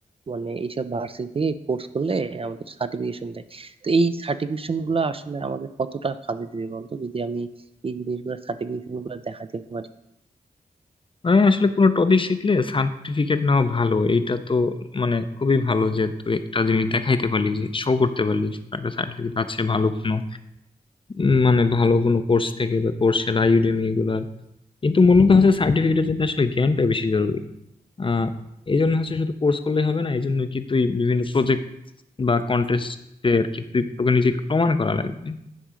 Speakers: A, on the right; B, on the left.
A: মানে এইসব ভার্সিটি থেকে কোর্স করলে আমাদের সার্টিফিকেশন দেয় তো এই সার্টিফিকেশন গুলো আসলে আমাদের কতটা কাজে দিবে বন্ধু যদি আমি এই জিনিসগুলো সার্টিফিকেশন গুলো দেখাতে পারি
B: মানে আসলে কোনো টপিক শিখলে সার্টিফিকেট নেওয়া ভালো এইটা তো মানে খুবই ভালো যে তুই একটা জিনিস দেখাইতে পারলি যে শো করতে পারলি যে তোর একটা সার্টিফিকেট আছে ভালো কোনো উম, মানে ভালো কোনো কোর্স থেকে বা কোর্সেরা ইউডেমি এগুলার কিন্তু মূলত হচ্ছে সার্টিফিকেটের জন্য আসলে জ্ঞানটা বেশি জরুরি আহ এই জন্য হচ্ছে শুধু কোর্স করলে হবে না এই জন্য কি তুই বিভিন্ন প্রজেক্ট বা কন্টেস্টে আর কি তুই তোকে নিজেকে প্রমাণ করা লাগবে